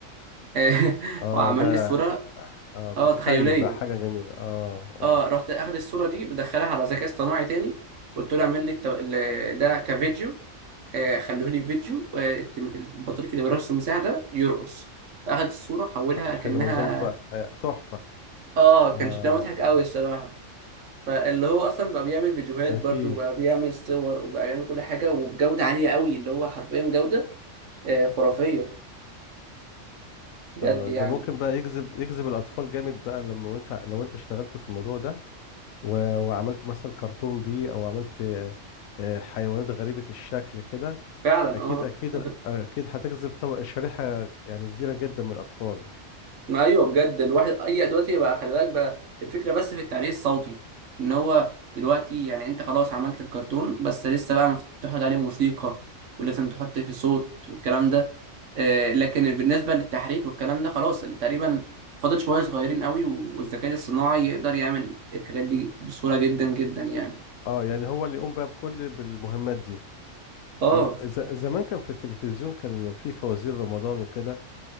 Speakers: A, on the right (about 70°); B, on the left (about 80°).
A: آه، <laughs>
B: اه
A: وعمل
B: ده
A: لي الصوره
B: اه بتتخيل
A: اه تخيليه
B: بقى حاجة جميلة اه اه
A: اه رحت اخد الصوره دي بدخلها على ذكاء اصطناعي تاني قلت له اعمل لي الت- ال- ده كفيديو آه، خلوه لي فيديو آه، الت- البطريق اللي برأس المساحة ده يرقص فأخد الصورة حولها
B: حيدة
A: كأنها
B: منظره بقى آه، تحفة
A: آه كان
B: اه
A: شكلها مضحك أوي الصراحة فاللي هو أصلا بقى بيعمل فيديوهات
B: اه،
A: برضه
B: اكيد
A: وبقى بيعمل صور وبقى بيعمل كل حاجة وبجودة عالية أوي اللي هو حرفيا جودة آه، خرافية بجد
B: آه
A: يعني
B: ده ممكن بقى يجذب يجذب الاطفال جامد بقى لما وانت لو انت اشتغلت في الموضوع ده و- وعملت مثلا كرتون بيه او عملت آه، آه، حيوانات غريبة الشكل كده
A: فعلا
B: اكيد
A: آه
B: اكيد
A: <laughs>
B: اكيد هتجذب طبق شريحة يعني كبيرة جدا من الاطفال
A: ما ايوه بجد الواحد اي دلوقتي بقى خلي بالك بقى الفكره بس في التعليق الصوتي ان هو دلوقتي يعني انت خلاص عملت الكرتون بس لسه بقى مف- تحط عليه موسيقى ولازم تحط فيه صوت والكلام ده آه لكن بالنسبه للتحريك والكلام ده خلاص تقريبا فاضل شويه صغيرين قوي و- والذكاء الصناعي يقدر يعمل الحاجات دي بسهوله جدا جدا يعني
B: اه يعني هو اللي يقوم بقى بكل بالمهمات دي
A: اه
B: أنا- ز- زمان كان في التلفزيون كان في فوازير رمضان وكده